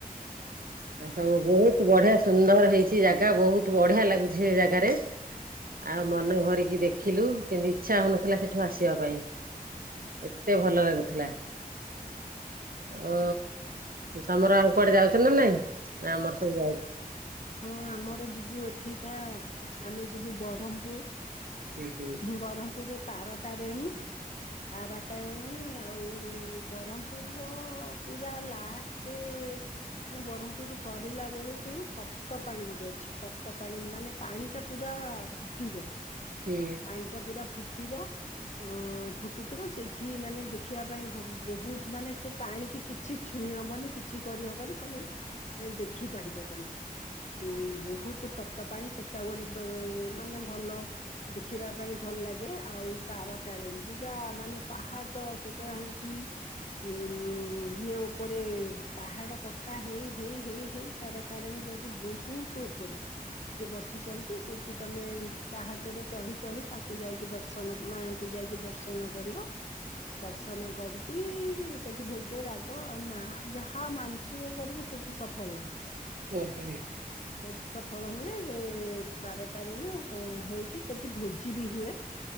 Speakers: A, on the right; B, on the left.
A: ଆ ସବୁ ବହୁତ ବଢିଆ ସୁନ୍ଦର ହେଇଛି ଜାଗା ବହୁତ ବଢିଆ ଲାଗୁଚି ସେ ଜାଗାରେ। ଆଉ ମନେ ଭରିକି ଦେଖିଲୁ କିନ୍ତୁ ଇଚ୍ଛା ହୋଉନଥିଲା ସେଠୁ ଆସିବା ପାଇଁ। ଏତେ ଭଲ ଲାଗୁଥିଲା। ଓ ତମର ଆଉ କୁଆଡେ ଯାଉଚ ନା ନାଇଁ ନା ଆମର ସବୁ ଯାଉ-
B: ହଁ ଆମର ଯିବୁ ଏଠି ପା ଆମେ ଯିବୁ ବରହମପୁର।
A: ହୁଁ ହୁଁ
B: ବରହମପୁରରେ ତାରା ତାରିଣୀ ତାରା ତାରିଣୀ ଆଉ ବ୍ରରହମପୁର ର ପୁରା ଲାଷ୍ଟ ମାନେ ବ୍ରହ୍ମପୁରରୁ ସରିଲା ବେଳକୁ ତ ତପ୍ତ ପାଣି ଗୋଟେ ଅଛି ତପ୍ତ ପାଣି ମାନେ ପାଣି ଟା ପୁରା ଫୁଟିବ
A: ହୁଁ।
B: ପାଣି ଟା ପୁରା ଫୁଟିବ ଅଁ ଫୁଟୁଥିବ ସେଠି ମାନେ ଦେଖିବା ପାଇଁ ବ ବହୁତ ମାନେ ସେ ପାଣିକି କି କିଛି ଛୁଇଁ ହବନି କିଛି କରିହବନି ଖାଲି ଦେଖିପାରିବ ତମେ। ଉଁ ବହୁତ ତପ୍ତ ପାଣି ସେଟା ଗୋଟେ ଦ ମାନେ ଭଲ ଦେଖିବା ପାଇଁ ଭଲ ଲାଗେ ଆଉ ତାରା ତାରିଣୀ ପୁରା ମାନେ ପାହାଚ ସେଟା ହଉଚି ଉଁ ଇଏ ଉପରେ ପାହାଡ କଟା ହେଇ ହେଇ ହେଇ ହେଇ ତାରା ତାରିଣୀ ଯାଇକି ବହୁତ ଉପରେ ସେ ବସିଛନ୍ତି ସେଠି ତମେ ପାହାଚରେ ଚଢି ଚଢି ତାଙ୍କୁ ଯାଇକି ଦର୍ଶନ ମାଙ୍କୁ ଯାଇକି ଦର୍ଶନ କରିବ ଦର୍ଶନ କରିକି ସେଠି ଭୋଗ ରାଗ ଆଉ ମା ଯାହା ମାଂଶିକ କରିବ ସେଠି ସଫଳ ହୁଏ।
A: <unintelligible>
B: ସେଠି ସଫଳ ହୁଏ ସେ ତାର ତାରିଣୀରେ ହେଇ କି ସେଠି ଭୋଜି ବି ହୁଏ